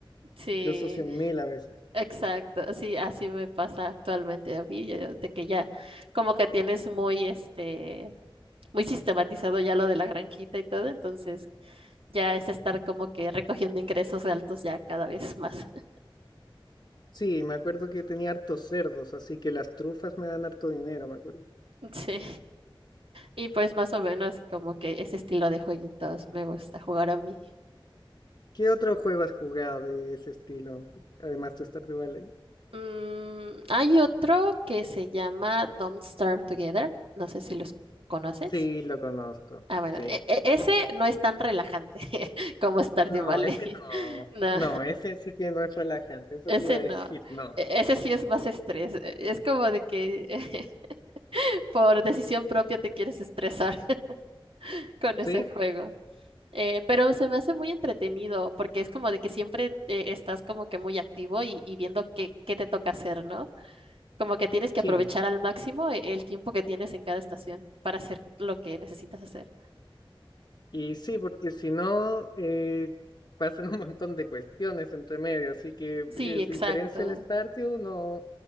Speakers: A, on the right; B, on the left.
A: Sí,
B: incluso cien mil a veces.
A: exacto. Sí, así me pasa actualmente a mí, yo- de que ya como que tienes muy este muy sistematizado ya lo de la granjita y todo, entonces ya es estar como que recogiendo ingresos altos ya cada vez más. <laughs>
B: Sí, me acuerdo que tenía hartos cerdos, así que las trufas me dan harto dinero, me acuerdo.
A: Sí. Y pues más o menos como que ese estilo de jueguitos me gusta jugar a mí.
B: ¿Qué otro juego has jugado de ese estilo, además de Stardew Valley?
A: Mm, hay otro que se llama Don't Starve Together. No sé si los conoces.
B: Sí, lo conozco.
A: Ah, bueno,
B: Sí,
A: e- e- ese no es tan relajante <laughs> como Stardew
B: No,
A: Valley.
B: ese no.
A: <laughs> No,
B: No, ese sí que no es relajante, eso
A: ese
B: te iba a
A: no.
B: decir, no.
A: E- Ese sí es más estrés. e, Es como de que <laughs> por decisión propia te quieres estresar <laughs> con ese
B: Sí,
A: juego. Eh, pero se me hace muy entretenido porque es como de que siempre eh, estás como que muy activo y, y viendo qué, qué te toca hacer, ¿no? Como que tienes que
B: sí.
A: aprovechar al máximo e- el tiempo que tienes en cada estación para hacer lo que necesitas hacer.
B: Y sí, porque si no, eh, pasan un montón de cuestiones entre medio, así que
A: Sí,
B: es
A: exacto.
B: diferencia al Stardew, no,